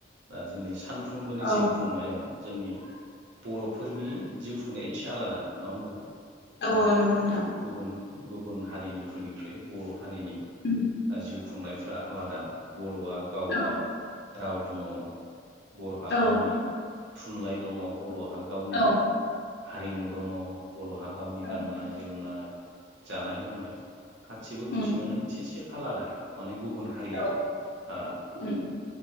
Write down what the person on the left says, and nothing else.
औ
औ
नंगौ नोंथां
उम
औ
औ
औ
औ
उम
औ
उम